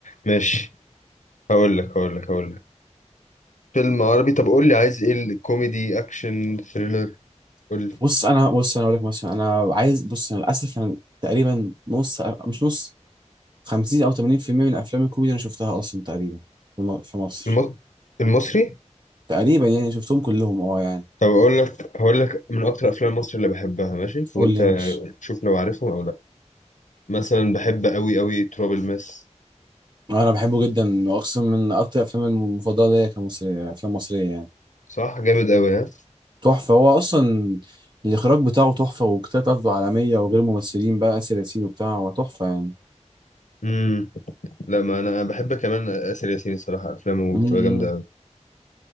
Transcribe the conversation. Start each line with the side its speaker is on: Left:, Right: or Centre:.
Left: ماشي هقول لك هقول لك هقول لك فيلم عربي طب قول لي عايز ايه الكوميدي اكشن ثريلر قول لي
Right: بص انا بص انا اقول لك مثلا انا عايز بص انا للاسف انا تقريبا نص مش نص 50 او 80% من افلام الكوميدي انا شفتها اصلا تقريبا في م- في مصر
Left: الم... المصري
Right: تقريبا يعني شفتهم كلهم اه يعني
Left: طب اقول لك هقول لك من اكتر افلام مصر اللي بحبها ماشي
Right: قول
Left: وانت
Right: لي ماشي
Left: شوف لو عارفهم او لا مثلا بحب قوي قوي تراب الماس
Right: آه، انا بحبه جدا واقسم من اكتر افلام المفضله ليا كمصريه افلام مصريه يعني
Left: صح جامد قوي ها
Right: تحفه هو اصلا الاخراج بتاعه تحفه والكتابه بتاعته عالميه وغير ممثلين بقى اسر ياسين وبتاع هو تحفه يعني
Left: امم لا ما انا بحب كمان اسر ياسين الصراحه افلامه
Right: امم
Left: بتبقى جامده قوي